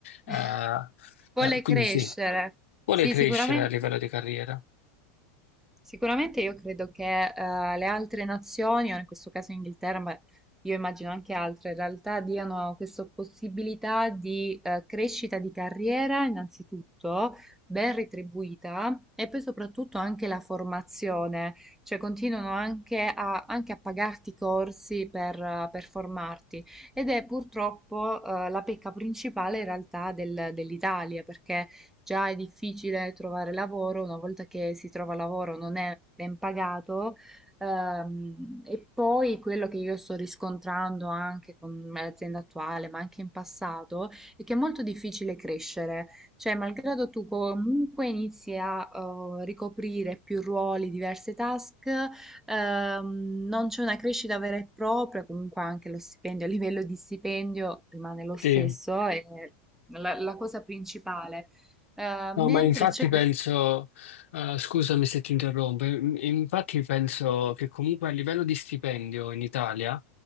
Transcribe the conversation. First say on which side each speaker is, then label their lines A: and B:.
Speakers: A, on the left; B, in the centre.
A: eh,
B: <laughs> vuole
A: eh, quindi
B: crescere.
A: sì, vuole
B: Sì,
A: crescere
B: sicuramente
A: a livello di carriera.
B: Sicuramente io credo che eh, le altre nazioni, o in questo caso Inghilterra, ma io immagino anche altre, in realtà diano questa possibilità di eh, crescita di carriera, innanzitutto, ben retribuita, e poi soprattutto anche la formazione, cioè continuano anche a, anche a pagarti corsi per, eh, per formarti. Ed è purtroppo eh, la pecca principale in realtà del- dell'Italia, perché già è difficile trovare lavoro, una volta che si trova lavoro non è ben pagato. Ehm, e poi quello che io sto riscontrando anche con l'azienda attuale, ma anche in passato, è che è molto difficile crescere. Cioè, malgrado tu comunque inizi a eh, ricoprire più ruoli, diverse task, ehm, non c'è una crescita vera e propria, comunque anche lo stipendio, a livello di stipendio rimane lo stesso,
A: Sì.
B: è la la cosa principale. Eh,
A: No,
B: mentre
A: ma infatti
B: c'è questo,
A: penso, eh, scusami se ti interrompo, in- infatti penso che comunque a livello di stipendio in Italia